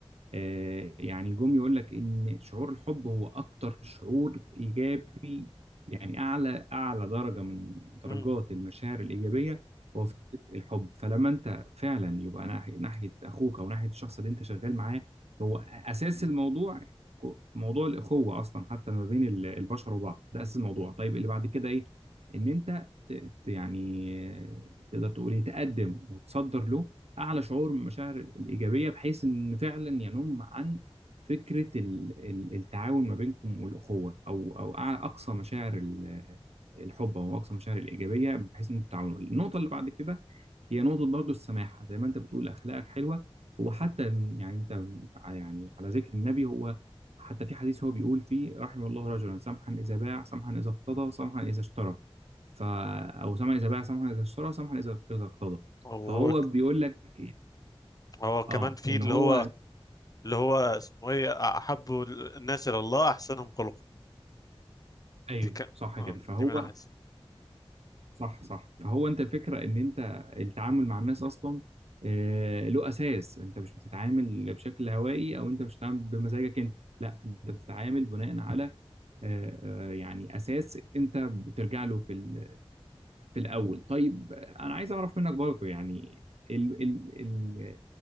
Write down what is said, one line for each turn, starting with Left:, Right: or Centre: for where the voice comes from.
Right: آه، يعني جم يقول لك ان شعور الحب هو اكتر شعور ايجابي يعني اعلى اعلى درجه من درجات
Left: امم
Right: المشاعر الايجابيه هو فكره الحب فلما انت فعلا يبقى ناحيه ناحيه اخوك او ناحيه الشخص اللي انت شغال معاه هو اساس الموضوع كو- موضوع الاخوه اصلا حتى ما بين ال- البشر وبعض ده اساس الموضوع طيب اللي بعد كده ايه ان انت ت- ت- يعني آه، تقدر تقول ايه تقدم وتصدر له اعلى شعور من المشاعر الايجابيه بحيث ان فعلا ينم عن فكره ال- ال- التعاون ما بينكم والاخوه او او أع- اقصى مشاعر ال- الحب او اقصى مشاعر الايجابيه بحيث ان التعاون النقطه اللي بعد كده هي نقطه برضه السماحه زي ما انت بتقول اخلاقك حلوه وحتى إن- يعني انت ع- يعني على ذكر النبي هو حتى في حديث هو بيقول فيه رحم الله رجلا سمحا اذا باع سمحا اذا اقتضى سمحا اذا اشترى ف او سمحا اذا باع سمحا اذا اشترى سمحا اذا اذا اقتضى
Left: وهو
Right: فهو بيقول لك إيه؟
Left: هو كمان
Right: اه
Left: في
Right: ان
Left: اللي
Right: هو
Left: هو اللي هو اسمه ايه احب الناس الى الله احسنهم خلقا
Right: ايوه
Left: دي ك...
Right: صح
Left: آه،
Right: كده فهو
Left: دي من احس
Right: صح صح فهو انت الفكره ان انت التعامل مع الناس اصلا آه، له اساس انت مش بتتعامل بشكل هوائي او انت مش بتتعامل بمزاجك انت لا انت بتتعامل بناء على آه، آه، يعني اساس انت بترجع له في ال- في الاول طيب آه، انا عايز اعرف منك برضه يعني ال ال ال